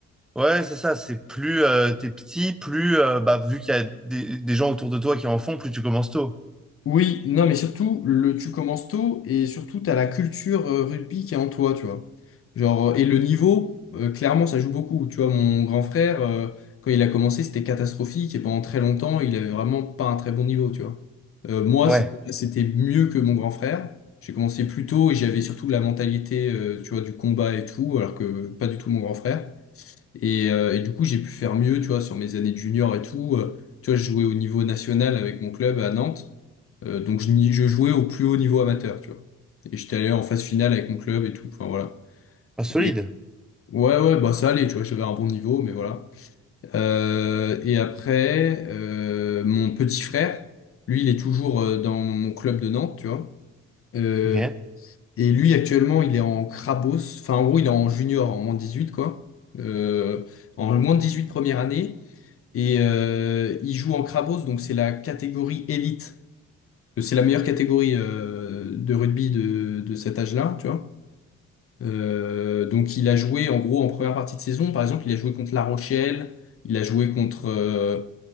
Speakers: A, in the centre; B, on the left.
A: Ouais, c'est ça, c'est plus euh, t'es petit, plus, euh, bah, vu qu'il y a des, des gens autour de toi qui en font, plus tu commences tôt.
B: Oui, non, mais surtout, le, tu commences tôt et surtout, tu as la culture euh, rugby qui est en toi, tu vois. Genre, euh, et le niveau, euh, clairement, ça joue beaucoup. Tu vois, mon grand frère, euh, quand il a commencé, c'était catastrophique et pendant très longtemps, il avait vraiment pas un très bon niveau, tu vois. Euh, moi,
A: Ouais,
B: c'était c'était mieux que mon grand frère. J'ai commencé plus tôt et j'avais surtout la mentalité, euh, tu vois, du combat et tout, alors que pas du tout mon grand frère. Et, euh, et du coup, j'ai pu faire mieux, tu vois, sur mes années de junior et tout. Euh, tu vois, je jouais au niveau national avec mon club à Nantes. Euh, donc, je, n'y- je jouais au plus haut niveau amateur, tu vois. Et j'étais allé en phase finale avec mon club et tout. Enfin, voilà.
A: Ah, solide.
B: Et ouais, ouais, bah ça allait, tu vois, j'avais un bon niveau, mais voilà. Euh, et après, euh, mon petit frère, lui, il est toujours euh, dans mon club de Nantes, tu vois. Euh,
A: OK.
B: et lui, actuellement, il est en Crabos. Enfin, en gros, il est en junior, en moins 18 quoi. Euh, en moins 18 première année. Et euh, il joue en Krabos, donc c'est la catégorie élite. Euh, C'est la meilleure catégorie euh, de rugby de, de cet âge-là, tu vois. Euh, donc il a joué en gros en première partie de saison, par exemple, il a joué contre La Rochelle, il a joué contre, euh,